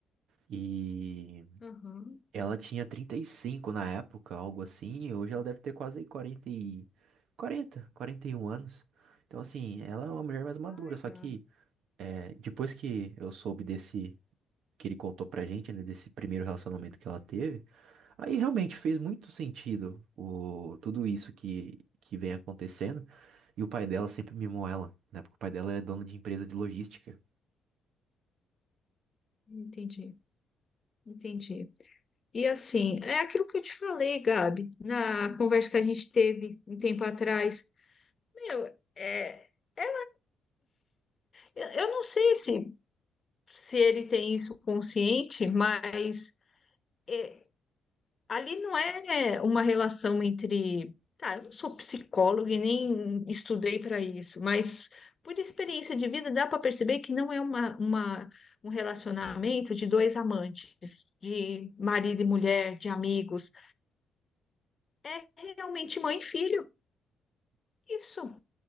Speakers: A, on the right; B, on the left.
A: E
B: Aham.
A: ela tinha 35 na época, algo assim. E hoje ela deve ter quase quarenta e- 40, 41 anos. Então, assim, ela é uma mulher mais madura.
B: Ai,
A: Só
B: gato,
A: que é, depois que eu soube desse, que ele contou pra gente, né, desse primeiro relacionamento que ela teve. Aí realmente fez muito sentido o, tudo isso que, que vem acontecendo. E o pai dela sempre mimou ela, né? Porque o pai dela é dono de empresa de logística.
B: entendi. Entendi. E assim, é aquilo que eu te falei, Gabi, na conversa que a gente teve um tempo atrás. Meu, é, é, eu, eu não sei se, se ele tem isso consciente, mas é, ali não é uma relação entre. Tá, eu não sou psicóloga e nem estudei para isso, mas por experiência de vida dá para perceber que não é uma, uma, um relacionamento de dois amantes, de marido e mulher, de amigos. É realmente mãe e filho. Isso,